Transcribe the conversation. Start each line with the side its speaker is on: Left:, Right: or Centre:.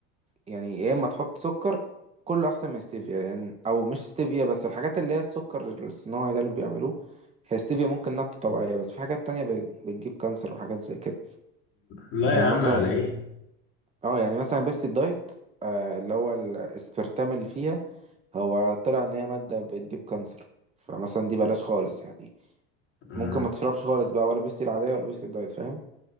Right: يعني يا اما تحط سكر كله احسن من ستيفيا لان او مش ستيفيا بس الحاجات اللي هي السكر الصناعي ده اللي بيعملوه هي ستيفيا ممكن نبتة طبيعية بس في حاجات تانية بت- بتجيب كانسر وحاجات زي كده
Left: لا
Right: يعني
Left: يا عم
Right: مثلا
Left: على ايه
Right: اه يعني مثلا بيبسي الدايت آه اللي هو الاسبرتام اللي فيها هو طلع ان هي مادة بتجيب كانسر فمثلا دي بلاش خالص يعني
Left: مم.
Right: ممكن ما تشربش خالص بقى ولا بيبسي العادية ولا بيبسي الدايت فاهم